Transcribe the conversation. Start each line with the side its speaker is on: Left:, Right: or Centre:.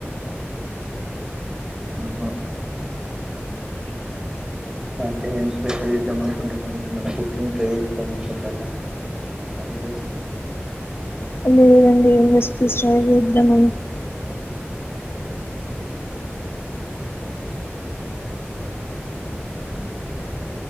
Right: ఆహ సే స్పెషలీద్దమా ఫ కుకింగ్ై అనుకుంటలా అద
Left: లేదండి ఏంసిపి స్ చేద్దామని